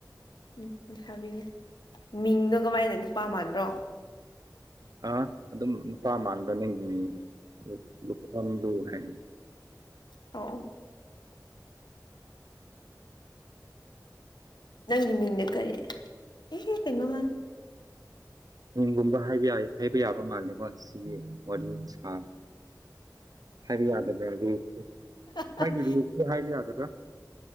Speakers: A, on the left (about 80°); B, on the right (about 60°).
A: ꯎꯝ ꯂꯩꯁꯥꯕꯤꯅꯦ ꯃꯤꯡꯗꯣ ꯀꯃꯥꯏꯅ ꯅꯨꯄꯥ ꯃꯥꯟꯕ꯭ꯔꯣ
B: ꯑ ꯑꯗꯨꯝ ꯅꯨꯄꯥ ꯃꯥꯟꯕ ꯅꯡꯒꯤ ꯃꯤꯡꯗꯨ ꯂꯨꯈꯃꯂꯨ ꯍꯥꯏꯕꯗꯨ
A: ꯑꯣ ꯅꯪꯒꯤ ꯃꯤꯡꯅ ꯀꯔꯤ ꯑꯦꯍꯦ ꯀꯩꯅꯣ
B: ꯃꯤꯡꯒꯨꯝꯕ ꯍꯥꯏꯕ ꯌꯥꯏ ꯌꯥꯕ ꯃꯥꯜꯂꯦꯀꯣ ꯁꯤꯒꯤ ꯋꯥꯔꯤ ꯁꯥ ꯍꯥꯏꯕ ꯌꯥꯗꯕ꯭ꯔꯗꯨ
A: ꯅꯉꯣꯟ
B: ꯃꯥꯒꯤ ꯔꯨꯜꯁꯇꯨ ꯍꯥꯏꯕ ꯌꯥꯗꯕ꯭ꯔ